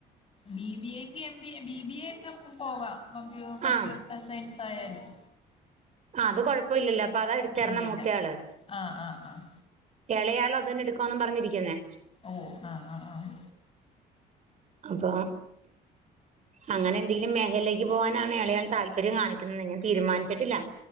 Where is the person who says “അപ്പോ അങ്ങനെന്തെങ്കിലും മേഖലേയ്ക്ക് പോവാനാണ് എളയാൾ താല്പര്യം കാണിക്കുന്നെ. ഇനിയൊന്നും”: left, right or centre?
Right